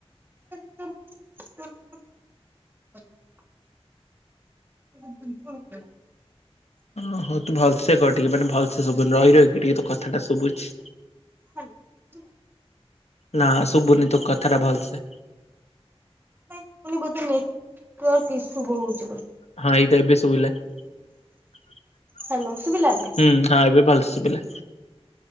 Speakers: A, on the right; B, on the left.
A: <unintelligible> <unintelligible>
B: ଓ ହୋ ତୁ ଭଲସେ କହ ଟିକେ ମାନେ ଭଲସେ ଶୁଭୁନି ରହି ରହିକି ଟିକେ ତୋ କଥାଟା ଶୁଭୁଚି।
A: ହ୍ୟାଲୋ।
B: ନା ଶୁଭୁନି ତୋ କଥା ଟା ଭଲସେ।
A: <unintelligible> ବୋଧେ ନେଟୱାର୍କ ଇସୁ ବହୁତ୍।
B: ହଁ ଏଇଟା ଏବେ ଶୁଭିଲା। ହୁଁ
A: ହ୍ୟାଲୋ ଶୁଭିଲା ଏବେ?
B: ହଁ ଏବେ ଭଲ ଶୁଭିଲା।